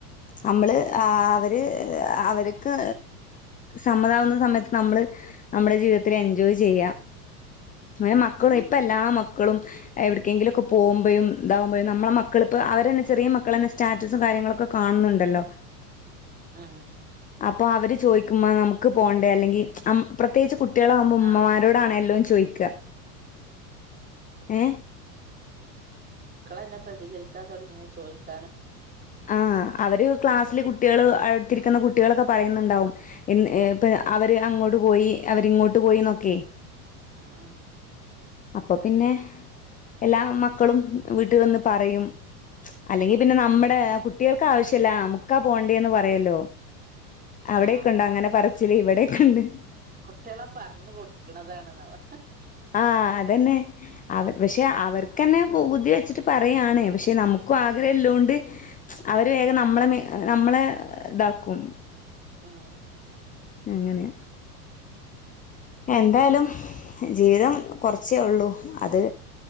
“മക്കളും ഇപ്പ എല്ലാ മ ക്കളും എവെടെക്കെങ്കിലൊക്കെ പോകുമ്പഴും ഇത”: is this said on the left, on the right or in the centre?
Left